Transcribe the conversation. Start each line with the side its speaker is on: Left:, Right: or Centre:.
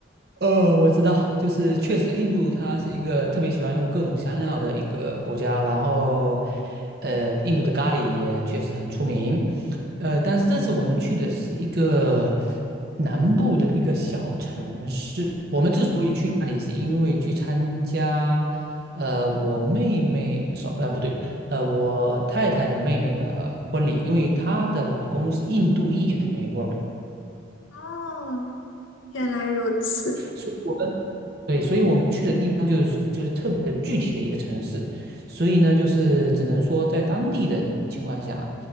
Right: 呃，我知道，就是确实，印度它是一个特别喜欢用各种香料的一个国家，然后，呃，印度的咖喱也确实很出名，呃，但是这次我们去的是一个南部的一个小城市，我们之所以去那里，是因为去参加，呃，我妹妹，说，呃，不对，呃，我太太的妹妹的婚礼，因为她的老公是印度裔的美国人。
Left: 哦，原来如此，
Right: 所以我们。对，所以我们去的地方就是就是特别的具体的一个城市，所以呢，就是只能说在当地的情况下